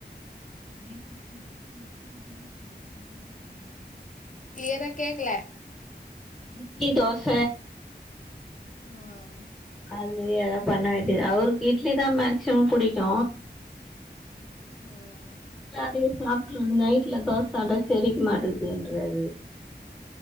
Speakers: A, in the centre; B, on the left.
A: <inaudible>
B: கிளியரா கேக்ல
A: இட்லி தோச
B: ம்
A: அது ஏதா பண்ண வேண்டியத அவருக்கு இட்லி தா மேக்சிமம் புடிக்கு
B: ம்
A: இட்லியே சாப்ட்றது நைட்ல தோச சாப்ட செரிக்க மாட்டிகிதுன்றாரு